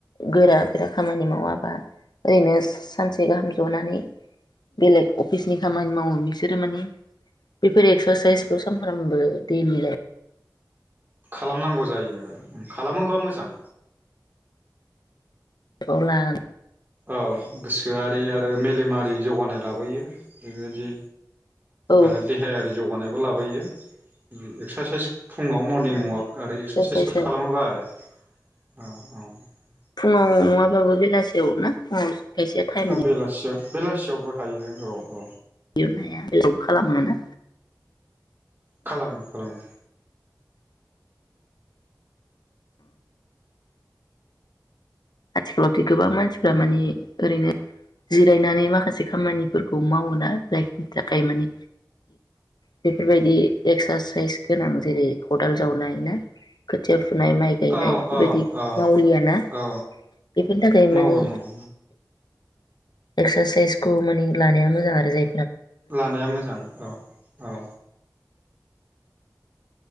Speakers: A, on the left; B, on the right.
A: गोरा गोरा खामानि मावाबा ओरैनो सानसे गाहाम जनानै बेलेग अफिसनि खामानि मावो बिसोरो माने बेफोर एक्सारसाइसखौ सानफ्रामबो दैलि लाइफ।
B: खालामनांगौ जायो आरो खालामोबा मोजां।
A: लाइफआव लानानै
B: औ गोसो गोसोआरि आरो मेलेमारि जौगानाय लाबोयो बेबायदि।
A: औ
B: आरो देहायारि। जौगानायबो लाबोयो एक्सारसाइस फुङाव मरनिं
A: उम
B: अवाक आरो
A: एक्सारसाइसआ
B: एक्सारसाइसफोर खालामोबा आरो औ औ <unintelligible>
A: फुङाव नङाबाबो बेलासियाव ना फुङाव खायसेया टाइम
B: बेलासियाव बेलासियावबो हायो औ औ
A: <unintelligible> खालामो ना
B: खालामो खालामो
A: आथिखालावथ गोबां मानसिफ्रा माने ओरैनो जिरायनानै माखासे खामानिफोरखौ मावोना जायखिनि थाखाय मानि बेफोरबायदि एक्सारसाइस गोनां जेरै खदाल जावनाय ना खोथिया फुनाय माइ गायनाय
B: औ
A: बेफोरबायदि
B: औ औ
A: मावलियाना।
B: औ
A: बेफोरनि थाखाय माने
B: मावो मावो
A: एक्सारसाइसखौ माने लानाया मोजां आरो जाय
B: लानाया मोजां। औ औ